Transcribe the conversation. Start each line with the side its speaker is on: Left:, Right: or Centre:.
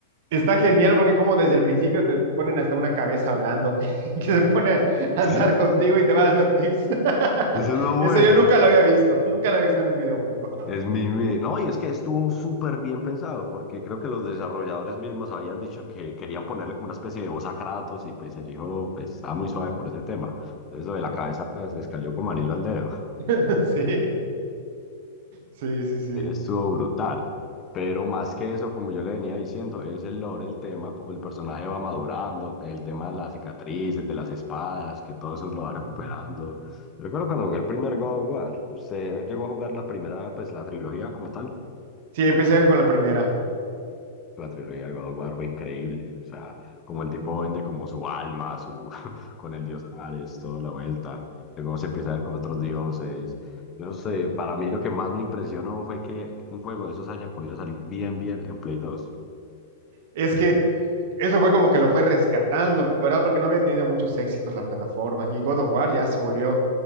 Right: Está genial porque como desde el principio te ponen hasta una cabeza hablando que, <laughs> que se pone a
Left: Sí,
Right: andar contigo y te va dando tips. <laughs>
Left: eso es lo
Right: Eso
Left: bueno.
Right: yo nunca lo había visto, nunca lo había visto en un videojuego.
Left: Es mi, mi- No, y es que estuvo súper bien pensado, porque creo que los desarrolladores mismos habían dicho que querían ponerle como una especie de voz a Kratos, y pues el hijo pues, estaba muy suave por ese tema. Entonces, lo de la cabeza pues, les cayó como anillo al dedo.
Right: <laughs> Sí, sí, sí, sí.
Left: Mire, estuvo brutal. Pero más que eso, como yo le venía diciendo, es el lore, el tema, como el personaje va madurando, que el tema de las cicatrices, de las espadas, que todo eso lo va recuperando.
Right: Ujú.
Left: Yo recuerdo cuando jugué el primer God of War, ¿usted llegó a jugar la primera, pues la trilogía como tal?
Right: Sí, empecé con la primera.
Left: La trilogía de God of War fue increíble. O sea, como el tipo vende como su alma, su <laughs> con el dios Ares, toda la vuelta. Luego se empieza a ver con otros dioses. Yo no sé, para mí lo que más me impresionó fue que un juego de esos haya podido salir bien, bien en Play dos.
Right: Es que eso fue como que lo fue rescatando, ¿verdad? Porque no había tenido muchos éxitos la plataforma y God of War ya se volvió